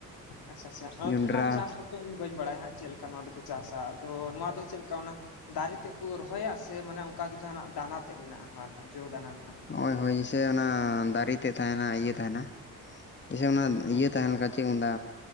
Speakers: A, on the left; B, on the left.
A: ᱟᱪᱪᱷᱟ ᱟᱪᱪᱷᱟ ᱟᱸᱠᱷ
B: ᱡᱚᱸᱰᱨᱟ
A: ᱨᱮᱱᱟᱜ ᱪᱟᱥ <unintelligible> ᱤᱧ ᱵᱟᱹᱧ ᱵᱟᱲᱟᱭᱟ ᱦᱟᱸᱜ ᱪᱮᱫ ᱞᱮᱠᱟ ᱱᱚᱣᱟ ᱫᱚᱠᱚ ᱪᱟᱥᱟ ᱟᱫᱚ ᱱᱚᱣᱟ ᱫᱚ ᱪᱮᱫ ᱞᱮᱠᱟ ᱚᱱᱟ ᱫᱟᱨᱮ ᱛᱮᱫ ᱠᱚ ᱨᱚᱦᱚᱭᱟ ᱥᱮ ᱢᱟᱱᱮ ᱚᱱᱠᱟᱟᱜᱮ ᱡᱟᱦᱟᱸᱟᱱᱟᱜ ᱫᱟᱱᱟ ᱛᱮᱫ ᱢᱮᱱᱟᱜᱼᱟ ᱱᱚᱣᱟ ᱨᱮᱱᱟᱜ ᱡᱚ ᱫᱟᱱᱟ ᱢᱮᱱᱟᱜᱼᱟ
B: ᱦᱳᱭ
A: ᱪᱮᱫ ᱞᱮᱠᱟ
B: ᱦᱳᱭ
A: ᱠᱚ ᱪᱟᱥᱟ
B: ᱥᱮᱭ ᱚᱱᱟ ᱫᱟᱨᱮ ᱛᱮᱫ ᱛᱟᱦᱮᱱᱟ ᱤᱭᱟᱹ ᱛᱟᱦᱮᱱᱟ ᱡᱮᱭᱥᱮ ᱚᱱᱟ
A: ᱦᱮᱸ
B: ᱤᱭᱟᱹ ᱛᱟᱦᱮ ᱞᱮᱠᱟ ᱪᱮᱫ ᱢᱮᱱᱫᱟ